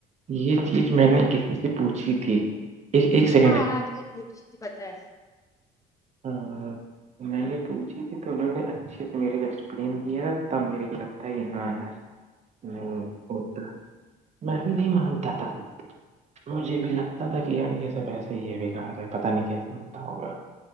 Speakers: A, on the right; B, on the left.
A: یہ چیز میں نے کسی سے پوچھی تھی <unintelligible> ایک ایک س <unintelligible>
B: ہاں آج ک پت ہے
A: ہاں <unintelligible> انوں نے پوچھی تھی تو انہوں نے اچھے سے میرے کو ایکسپلین کیا تھا تب میرے کو لگتا ہے کہ ہاں یار ہ ہوتا ہے میں بھی نہیں مانتا تھا مجھے بھی لگتا تھا کہ یار یہ سب ایسے ہی یہ بگا رہا ہے پتا نہیں کیسے ہوتا ہوگا